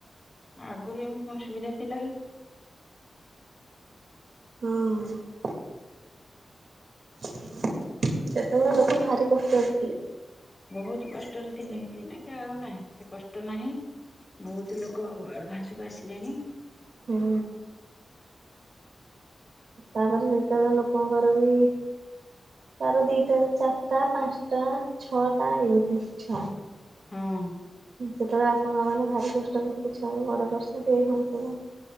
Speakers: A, on the left; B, on the right.
A: ଆଗରୁ ଏମିତି କଣ ସୁବିଧା ଥିଲା କି
B: ହୁଁ <unintelligible> ସେତେବେଳେ ଲୋକ ବାହାରି କଷ୍ଟରେ ଥିଲେ
A: ବହୁତ କଷ୍ଟରେ ଥିଲେ ଏଇନାକ ଆଉ ନାହିଁ ସେ କଷ୍ଟ ନାହିଁ ବହୁତ ଲୋକ ଆଡଭାନ୍ସକୁ ଆସିଲେଣି
B: ହୁଁ। ତାପରେ ସେତେବେଳେ ଲୋକଙ୍କର ବି ସାର ଦିଟା ଚାରଟା, ପାଞ୍ଚଟା, ଛଅଟା, ଏମିତି ଛଅ
A: ହଁ।
B: ସେତେବେଳେ ବାପା ମା ମାନେ ଭାରି କଷ୍ଟ କରି ଛୁଆ କୁ ବଡ଼ କରିଛନ୍ତି। ଏଇ ମଶନ